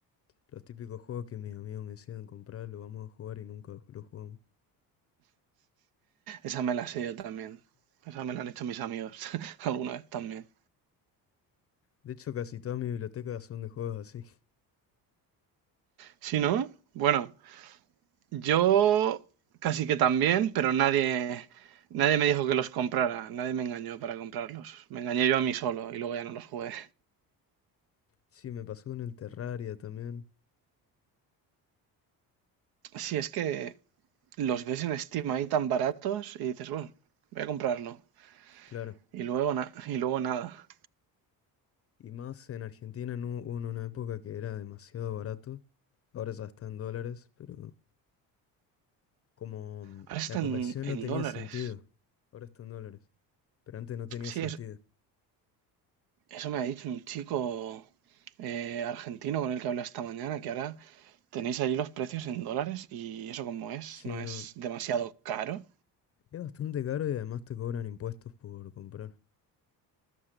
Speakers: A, on the left; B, on the right.
A: Los típicos juegos que mis amigos me decían comprar, lo vamos a jugar y nunca lo jugamos.
B: Esa me la sé yo también. Esa me la han hecho mis amigos <laughs> alguna vez también.
A: De hecho, casi toda mi biblioteca son de juegos así. <laughs>
B: Si no, bueno, yo casi que también, pero nadie, nadie me dijo que los comprara, nadie me engañó para comprarlos. Me engañé yo a mí solo y luego ya no los jugué.
A: Sí, me pasó con el Terraria también.
B: Si es que los ves en Steam ahí tan baratos y dices, bueno, voy a comprarlo.
A: Claro.
B: Y luego, na- y luego nada.
A: Y más en Argentina en u- hubo una época que era demasiado barato. Ahora ya está en dólares, pero como mm,
B: Ahora
A: la
B: están
A: conversión
B: en,
A: no
B: en
A: tenía
B: dólares.
A: sentido. Ahora está en dólares, pero antes no tenía
B: Sí,
A: sentido.
B: es- eso me ha dicho un chico eh, argentino con el que hablé esta mañana, que ahora tenéis allí los precios en dólares y eso como es,
A: Sí,
B: no es
A: no,
B: demasiado caro.
A: es bastante caro y además te cobran impuestos por comprar.